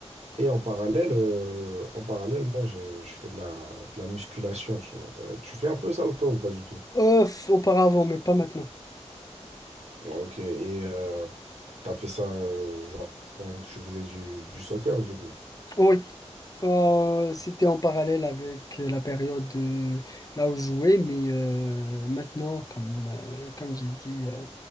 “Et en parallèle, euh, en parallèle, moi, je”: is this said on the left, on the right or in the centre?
Right